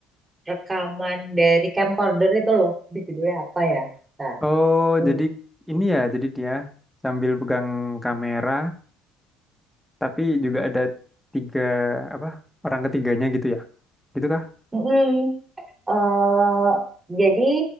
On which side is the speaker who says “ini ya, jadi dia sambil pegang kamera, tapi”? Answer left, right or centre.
Centre